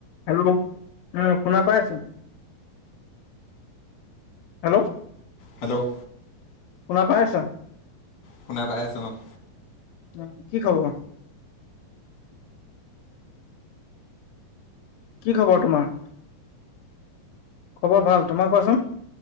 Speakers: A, on the left; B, on the left.
A: হেল্ল' উম। শুনা পাই আছোঁ হেল্ল'
B: হেল্ল'
A: শুনা পাই আছা?
B: শুনা পাই আছো অ',
A: উ কি খবৰ? কি খবৰ তোমাৰ, খবৰ ভাল তোমাৰ কোৱাচোন।